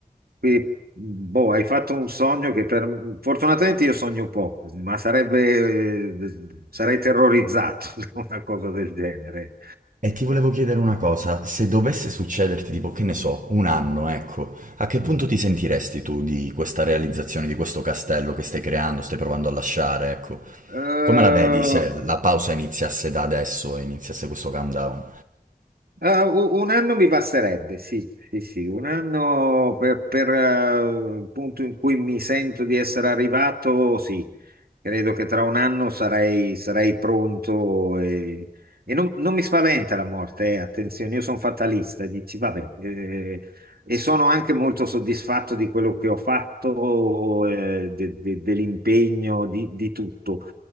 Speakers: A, on the right; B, on the right.
A: quindi Boh, hai fatto un sogno che per... Fortunatamente io sogno poco, ma sarebbe... sarei terrorizzato <laughs> da una cosa del genere.
B: E ti volevo chiedere una cosa, se dovesse succederti, tipo, che ne so, un anno, ecco, a che punto
A: Mm.
B: ti sentiresti tu di questa realizzazione, di questo castello che stai creando, stai provando a lasciare, ecco?
A: Eh,
B: Come la vedi se la pausa iniziasse da adesso e iniziasse questo countdown?
A: ah, u- un anno mi basterebbe, sì, sì, sì, un anno per, per, eh, il punto in cui mi sento di essere arrivato, sì. Credo che tra un anno sarei, sarei pronto e, e non, non mi spaventa la morte, eh, attenzione, io sono fatalista, dici, vabbè, eh, e sono anche molto soddisfatto di quello che ho fatto, eh, de- de- dell'impegno, di, di tutto.